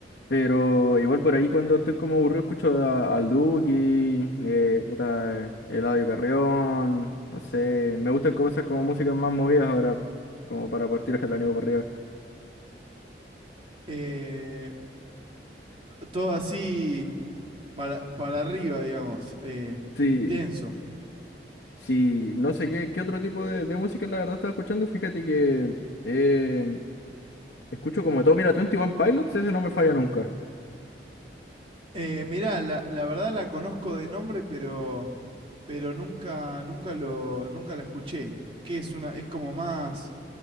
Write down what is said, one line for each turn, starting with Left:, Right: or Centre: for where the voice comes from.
Left: Pero igual por ahí cuando estoy como aburrido escucho a- al Duki, eh, puta, Eladio Carrión, no sé, me gustan cosas como músicas más movidas ahora, como para partir el ánimo para arriba.
Right: eh, todo así para, para arriba, digamos, eh,
Left: Sí,
Right: intenso.
Left: sí, no sé qué, qué otro tipo de, de música la verdad estaba escuchando, fíjate que eh, Escucho como de todo. Mira, twenty one Pilots, ese no me falla nunca.
Right: Eh, mirá, la, la verdad la conozco de nombre, pero, pero nunca, nunca lo, nunca la escuché. Que es una, es como más